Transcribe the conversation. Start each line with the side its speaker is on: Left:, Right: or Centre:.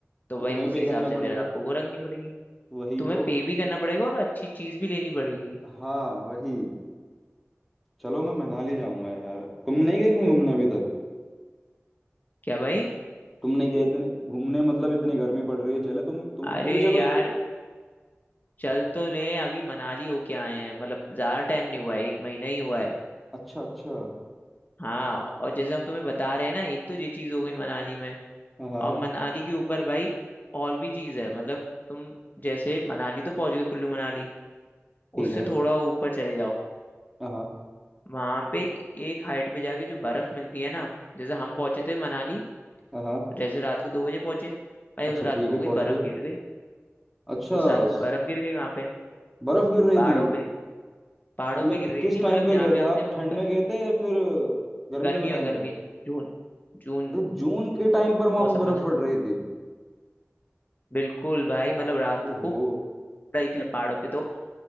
Left: तो
Centre: तो
Left: भाई
Centre: तुम्हें
Left: उसी
Centre: पे
Left: हिसाब
Centre: करना
Left: से फिर
Centre: पड़ेगा
Left: आपको वो रखनी पड़ेगी
Centre: वही
Left: तुम्हें
Centre: तो
Left: पे भी करना पड़ेगा और अच्छी चीज भी लेनी पड़ेगी
Centre: हाँ वही चलो मैं मनाली जाऊंगा यार तुम नहीं गए कहीं घूमने अभी तक
Left: क्या भाई
Centre: तुम नहीं गए इतने घूमने मतलब इतनी गर्मी पड़ रही है चले तुम तुम
Left: अरे
Centre: तुम भी चलो
Left: यार
Centre: यार
Left: चल तो लें अभी मनाली होके आए हैं मतलब ज्यादा टाइम नहीं हुआ है एक महीना ही हुआ है
Centre: अच्छा अच्छा
Left: हाँ और जैसे हम तुम्हें बता रहे हैं ना एक तो ये चीज हो गई मनाली में
Centre: हाँ हाँ
Left: और मनाली के ऊपर भाई और भी चीज है मतलब तुम जैसे मनाली तो पहुंच गए कुल्लू मनाली
Centre: ठीक
Left: उससे
Centre: है
Left: थोड़ा ऊपर चले जाओ
Centre: हाँ
Left: वहां पे एक हाइट पे जाके जो बर्फ मिलती है ना जैसे हम पहुंचे थे मनाली
Centre: हाँ हाँ
Left: जैसे रात को दो बजे पहुंचे भाई
Centre: अच्छा
Left: उस रात
Centre: ठीक
Left: को हो
Centre: है
Left: गई
Centre: पहुंच
Left: बर्फ
Centre: गए
Left: गिर गई
Centre: अच्छा
Left: उस रात को बर्फ
Centre: स-
Left: गिर गई वहां पे
Centre: बर्फ गिर रही
Left: पहाड़ों
Centre: थी
Left: पे पहाड़ों
Centre: मतलब
Left: पे गिर रही
Centre: किस
Left: थी
Centre: टाइम
Left: मतलब
Centre: पर
Left: जहाँ
Centre: गए
Left: पे
Centre: थे
Left: हम
Centre: आप
Left: थे ग-
Centre: ठंड में गए थे या फिर गर्मियों
Left: गर्मी
Centre: के टाइम
Left: और गर्मी
Centre: पे
Left: जून जून
Centre: अरे जून के टाइम पर वहां
Left: मौसम
Centre: पे बर्फ
Left: में
Centre: पड़ रही थी
Left: बिल्कुल भाई मतलब रात
Centre: ओहो
Left: को पड़ रही थी पहाड़ों पे तो